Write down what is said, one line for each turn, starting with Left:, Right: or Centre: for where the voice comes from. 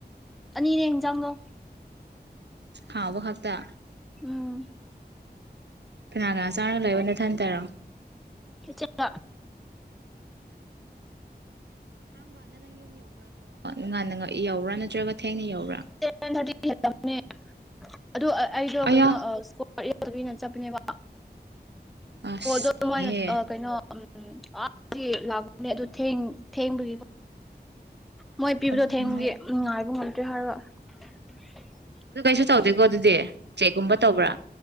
Centre: ꯑꯅꯤꯅꯦ ꯌꯦꯡꯟꯖꯥꯡꯗꯣ
Right: ꯑ ꯍꯥꯎꯕꯥꯛꯇ
Centre: ꯎꯝ
Right: ꯄꯅꯒ ꯆꯥꯂꯕ ꯊ ꯇꯔꯣ
Centre: ꯏꯆꯦꯅ
Right: ꯉꯥꯟꯅ ꯉꯛꯏ ꯌꯥꯎꯕ꯭ꯔꯥ ꯅꯠꯇ꯭ꯔꯒ ꯊꯦꯡꯅ ꯌꯎꯔꯥ
Centre: ꯁꯚꯦꯟ ꯊꯔꯇꯤꯅꯦ ꯑꯗꯣ ꯑꯩꯗꯣ
Right: ꯑꯌꯥ
Centre: ꯀꯩꯅꯣꯀ ꯅ ꯆꯕꯅꯦ ꯋꯥ
Right: ꯑꯁ
Centre: ꯑꯣ ꯑꯗꯨꯣꯏꯅ
Right: ꯀꯤꯍꯦ
Centre: ꯀꯩꯅꯣ ꯎꯝ ꯂꯥꯛꯅꯦ ꯑꯗꯨ ꯊꯦꯡꯕꯒꯤ ꯃꯣꯏ ꯄꯤꯕꯗꯣ
Right: ꯎꯝ
Centre: ꯊꯦꯡꯕꯒꯤ ꯅꯨꯡꯉꯥꯏꯕ ꯉꯝ <unintelligible> <unintelligible>
Right: ꯑꯗꯨ ꯀꯩꯁꯨ ꯇꯧꯗꯦꯀꯣ ꯑꯗꯨꯗꯤ ꯆꯦꯛꯒꯨꯝꯕ ꯇꯧꯕ꯭ꯔꯥ